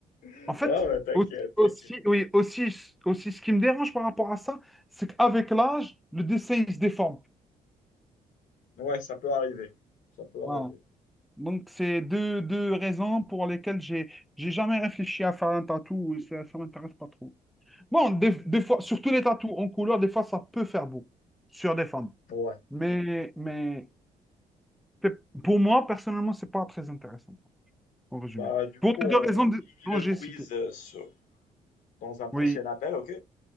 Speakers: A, on the left; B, in the centre.
A: <laughs>
B: En fait,
A: Ah ouais, t'inquiète,
B: aussi,
A: t'inquiète.
B: aussi, oui, aussi, aussi, ce qui me dérange par rapport à ça, c'est qu'avec l'âge, le dessin, il se déforme.
A: Ouais, ça peut arriver. Ça peut arriver.
B: Voilà. Donc, c'est deux, deux raisons pour lesquelles j'ai j'ai jamais réfléchi à faire un tatou. Ça, ça m'intéresse pas trop. Bon, des, des fois, surtout les tatous en couleur, des fois, ça peut faire beau sur des femmes.
A: Ouais.
B: Mais, mais pe- pour moi, personnellement, c'est pas très intéressant, en résumé.
A: Bah, du
B: Pour
A: coup,
B: les
A: on
B: deux raisons de-
A: finit
B: dont
A: le
B: j'ai
A: quiz
B: cité.
A: euh, sur- dans un prochain
B: Oui,
A: appel, ok?